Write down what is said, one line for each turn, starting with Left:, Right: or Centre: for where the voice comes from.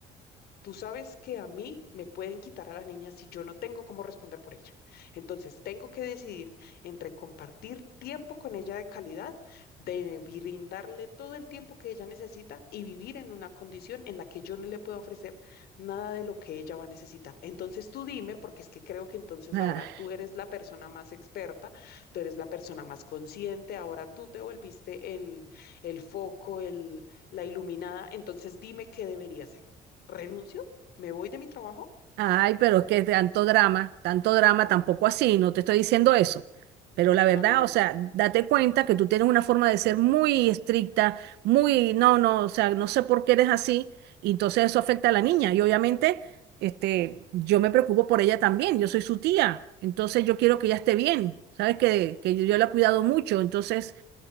Left: Tú sabes que a mí me pueden quitar a la niña si yo no tengo cómo responder por ella. Entonces, tengo que decidir entre compartir tiempo con ella de calidad, de brindarle todo el tiempo que ella necesita y vivir en una condición en la que yo no le puedo ofrecer nada de lo que ella va a necesitar. Entonces, tú dime, porque es que creo que entonces
Right: Ah.
Left: ahora tú eres la persona más experta, tú eres la persona más consciente, ahora tú te volviste el, el foco, el, la iluminada. Entonces, dime qué debería hacer. ¿Renuncio? ¿Me voy de mi trabajo?
Right: Ay, pero es que tanto drama, tanto drama, tampoco así, no te estoy diciendo eso. Pero la verdad,
Left: No, no, no,
Right: o sea, date cuenta que tú tienes una forma de ser muy estricta, muy, no, no, o sea, no sé por qué eres así, y entonces eso afecta a la niña. Y obviamente, este, yo me preocupo por ella también, yo soy su tía, entonces yo quiero que ella esté bien, sabes que, que yo, yo la he cuidado mucho, entonces